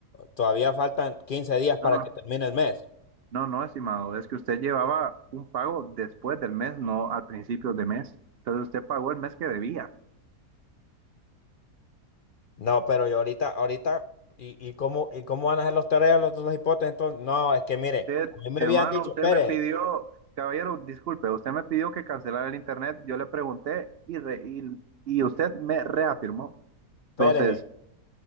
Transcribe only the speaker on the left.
Todavía faltan 15 días para
que termine el mes.
No, pero yo ahorita, ahorita, ¿y, y cómo, y cómo van a hacer los tareas, los, los hipótesis? Entonces, no, es que mire,
a mí me
habían dicho,
espere,
espere.